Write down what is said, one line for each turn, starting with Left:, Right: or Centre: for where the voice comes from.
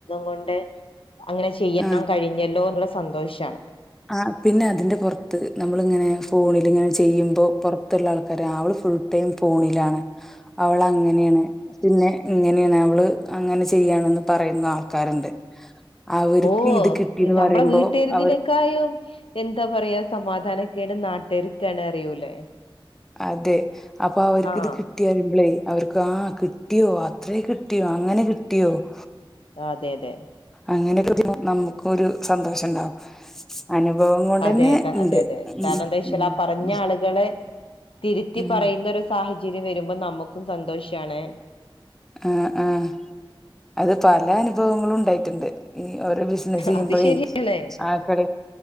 Left: കൊണ്ട് അങ്ങനെ ചെയ്യാൻ
Centre: ആഹ്
Left: കഴിഞ്ഞല്ലോ എന്നുള്ള സന്തോഷാണ്
Centre: ആ പിന്നെ അതിന്റെ പുറത്ത് നമ്മൾ ഇങ്ങനെ ഫോണിൽ ഇങ്ങനെ ചെയ്യുമ്പോ പുറത്തുള്ള ആൾക്കാര് അവള് ഫുൾ ടൈം ഫോണിലാണ് അവൾ അങ്ങനെയാണ് പിന്നെ ഇങ്ങനെയാണ് അവള് അങ്ങനെ ചെയ്യാണന്ന് പറയുന്ന ആൾക്കാരുണ്ട് അവർക്ക്
Left: ഓ
Centre: ഇത് കിട്ടീന്ന്
Left: നമ്മളെ
Centre: പറയുമ്പോ
Left: വീട്ടിരുതിലേക്കായോ
Centre: അവർ
Left: <unintelligible> എന്താ പറയാ സമാധാനക്കേട് നാട്ട ര്ക്കാണ് അറിയൂലേ
Centre: അതെ അപ്പൊ അവർക്ക്
Left: ആഹ്
Centre: ഇത് കിട്ടിയ റിമ്പളേ അവർക്ക് ആ കിട്ടിയോ അത്രേ കിട്ടിയോ അങ്ങനെ കിട്ടിയോ <inaudible>
Left: ആ അതെ അതെ
Centre: അങ്ങനെ <inaudible> നമുക്കും ഒരു സന്തോഷം ഉണ്ടാവും അനുഭവം കൊണ്ടന്നെ
Left: അതെ
Centre: ഉണ്ട്
Left: അതെ അതെ
Centre: ഉം
Left: കാരണം എന്താ വെച്ചാൽ ആ പറഞ്ഞ
Centre: ഉം
Left: ആളുകളെ തിരുത്തി
Centre: ഉം
Left: പറയുന്ന ഒരു സാഹ ചര്യം വരുമ്പോ നമുക്കും സന്തോഷാണ്
Centre: ആഹ ആഹ അത് പല അനുഭവങ്ങളും ഉണ്ടായിട്ടുണ്ട് ഈ ഓരോ ബിസിനസ് ചെയ്യുമ്പോഴേ
Left: അത് ശരിയാണേ
Centre: ആ കട